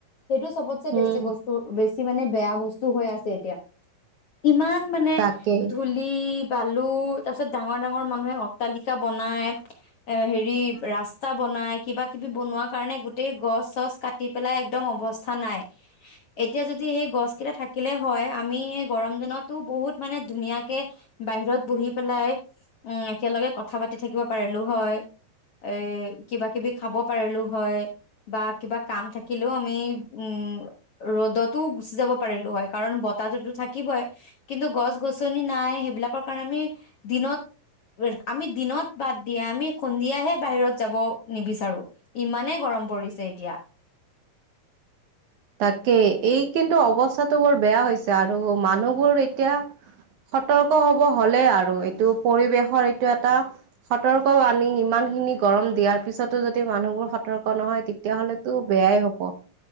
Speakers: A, on the left; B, on the right.
A: সেইটো চবতচে
B: উম,
A: বেছি বস্তু বেছি মানে বেয়া বস্তু হৈ আছে এতিয়া ইমান মানে
B: তাকেই।
A: ধূলি তালু তাৰ পিছত ডাঙৰ ডাঙৰ মানুহে অট্টালিকা বনাই এ হেৰি ৰাস্তা বনাই কিবা কিবি বনোৱা কাৰণে গোতেেই গছ চছ কাটি তি পেলাই একদম অৱস্থা নাই এতিয়া যদি সেই গছ কেইটা থাকিলে হয় আমি গৰম দিনতো বহুত মানে ধুনীয়াকে বাহিৰত বহি পেলাই উম একেলগে কথা পাতি থাকিব পাৰিলো হয় এ কিবা কিবি খাব পাৰিলো হয় বা কিবা কাম থাকিলেও আমি উম ৰ'দতো গুচি যাব পাৰিলো হয় কাৰণ বতাহটোতো থাকিবই কিন্তু গছ গছনি নাই সেইবিলাকৰ কাৰণে আমি দিনত আমি দিনত বাদ দিয়ে আমি সন্ধিয়াহে বাহিৰত যাব নিবিচাৰো ইমানে গৰম পৰিছে এতিয়া
B: তাকেই এই কিন্তু অৱস্থাটো বৰ বেয়া হৈছে আৰু মানুহবোৰ এতিয়া সতৰ্ক হব হলে আৰু এইটো পৰিৱেশৰ এইটো এটা সতৰ্ক আনি ইমান খিনি গৰম দিয়াৰ পিছতো যদি মানুহবোৰ সতৰ্ক নহয় তেতিয়াহলেতো বেয়াই হব